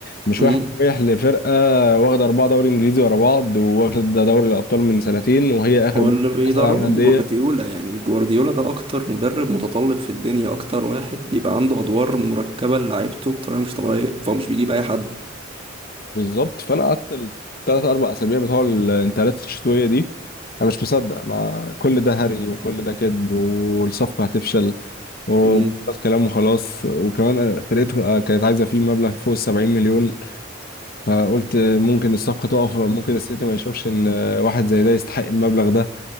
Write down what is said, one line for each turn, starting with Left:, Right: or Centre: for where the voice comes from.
Left: مش
Right: امم
Left: واحد رايح لفرقه واخده اربعه دوري انجليزي ورا بعض واخد دوري الابطال من سنتين وهي اخر
Right: واللي
Left: بطولة
Right: بيدربهم
Left: كاس العالم للانديه
Right: جوارديولا يعني جوارديولا ده أكتر مدرب متطلب في الدنيا أكتر واحد بيبقى عنده أدوار مركبة لعيبته بطريقة مش طبيعية فهو مش بيجيب أي حد
Left: بالظبط فانا قعدت الثلاث اربع اسابيع بتوع الانتقالات الشتويه دي انا مش مصدق انا كل ده هري وكل ده كذب والصفقه هتفشل وخلاص
Right: امم
Left: كلام وخلاص وكمان أنا فرقته كانت عايزه فيه مبلغ فوق ال 70 مليون فقلت ممكن الصفقه تقف ممكن السيتي ما يشوفش ان واحد زي ده يستحق المبلغ ده